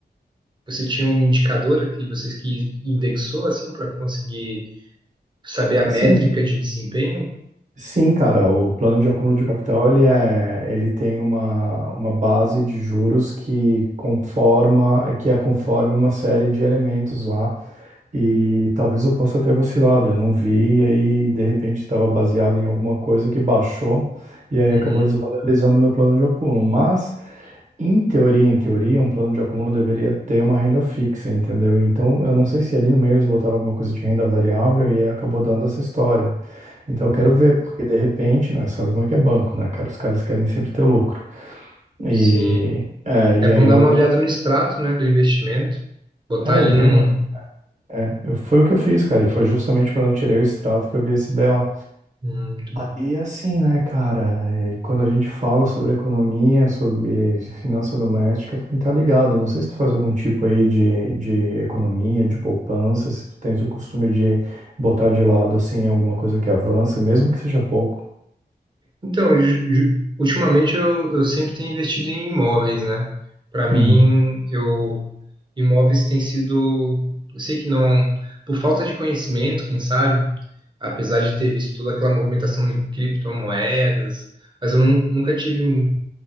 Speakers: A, on the right; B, on the right.
A: Você tinha um indicador que vocês que indexou assim para conseguir saber a métrica
B: Sim,
A: de desempenho?
B: Sim, cara, o plano de acúmulo de capital, ele é, ele tem uma, uma base de juros que conforma, que é conforme uma série de elementos lá, e talvez eu possa ter vacilado, eu não vi, e aí de repente estava baseado em alguma coisa que baixou, e aí
A: Uhum,
B: acabou desvalorizando meu plano de acúmulo, mas em teoria, em teoria, um plano de acúmulo deveria ter uma renda fixa, entendeu? Então, eu não sei se ali no meio eles botaram alguma coisa de renda variável e aí acabou dando essa história. Então, eu
A: né?
B: quero ver, porque de repente, né, sabe como é que é banco, né, cara? Os caras querem sempre ter lucro. E,
A: Sim.
B: é, e
A: É bom
B: aí
A: dar
B: eu
A: uma
B: vou
A: olhada
B: ter que.
A: no extrato, né, do investimento, botar
B: É,
A: ali
B: eu dei
A: num,
B: uma. É, eu- foi o que eu fiz, cara, e foi justamente quando eu tirei o extrato que eu vi esse BO.
A: Hum, Muito bom.
B: E assim, né, cara, é, quando a gente fala sobre economia, sobre finança doméstica, tem que estar ligado. Não sei se tu faz algum tipo aí de, de economia, de poupança, se tu tens o costume de botar de lado, assim, alguma coisa que avança, mesmo que seja pouco.
A: Então, ju- ju- ultimamente eu, eu sempre tenho investido em imóveis, né? Para mim,
B: Uhum,
A: eu imóveis tem sido, eu sei que não, por falta de conhecimento, quem sabe, apesar de ter visto toda aquela movimentação de criptomoedas, mas eu nun- nunca tive um-